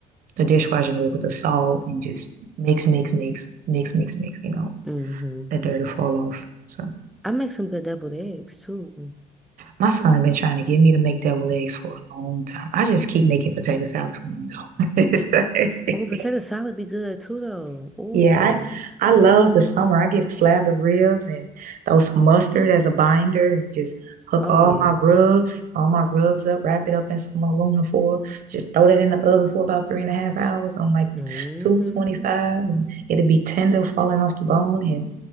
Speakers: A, on the right; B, in the centre.
A: the dishwashing liquid, the salt, and just mix, mix, mix, mix, mix, mix, you know,
B: hmm
A: the dirt will fall off. So
B: I make some good deviled eggs too.
A: my son been trying to get me to make deviled eggs for a long time. I just keep making potato salad for him though. <laughs>
B: Oh, potato salad be good too though. Ooh.
A: Yeah, I I love the summer. I get a slab of ribs and throw some mustard as a binder and just hook
B: Oh
A: all
B: yeah.
A: my rubs, all my rubs up, wrap it up in some aluminum foil, just throw that in the oven for about three and a half hours on like
B: hmm
A: 225 and it'll be tender falling off the bone and